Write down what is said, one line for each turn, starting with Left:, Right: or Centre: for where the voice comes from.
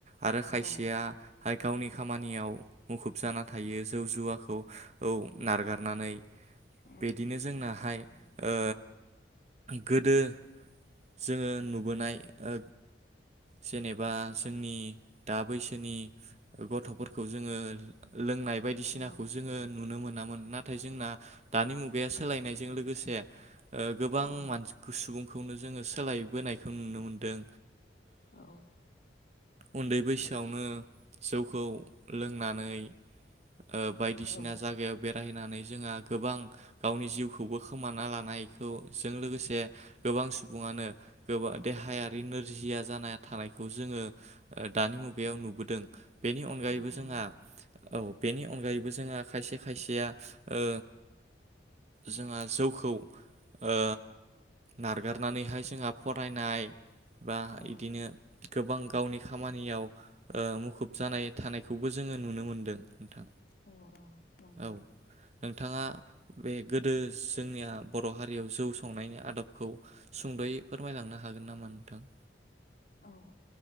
Right: आरो खायसेया
Left: औ
Right: गावनि खामानियाव मुखुब जाना थायो जौ जुवाखौ औ नारगारनानै
Left: औ
Right: बिदिनो जोंनाहाय ओ गोदो जोङो नुबोनाय ओ जेनेबा जोंनि दा बैसोनि गथ'फोरखौ जोङो लोंनाय बायदिसिनाखौ
Left: औ
Right: जोंङो नुनो मोनो मोनामोन नाथाय जोंना दानि मुगाया सोलायनायजों लोगोसे ओ गोबां
Left: औ
Right: मान <unintelligible> सुबुं खौनो जोङो सोलायबोनायखौ नुनो मोन्दों
Left: औ
Right: उन्दै बैसोआवनो जौखौ लोंनानै ओ बायदिसिना
Left: औ
Right: जायगायाव बायनानै जोंहा गोबां गावनि जिउखौबो खोमाना लानायखौ जों लोगोसे गोबां सुबुङानो गोब देहायारि नोरजिया जाना थानायखौ जोंङो दानि मुगायाव नुबोदों बेनि अनगायैबो
Left: औ
Right: जोंहा
Left: नंगौ
Right: औ बेनि अनगायैबो जोंहा खायसे गैया ओ जोंहा जौखौ ओ नारगारनानैहाय जोंहा फरायनाय बा
Left: औ
Right: इदिनो गोबां गावनि खामानियाव ओ मुखुब जानाय थानायखौबो जोङो नुनो मोनदों नोंथां
Left: अ अ नंगौ।
Right: औ नोंथाङा बे गोदो जोंनिया बर हारियाव जौ संनायनि आदबखौ सुंदयै फोरमायलांनो हागोन नामा नोंथां
Left: औ ओ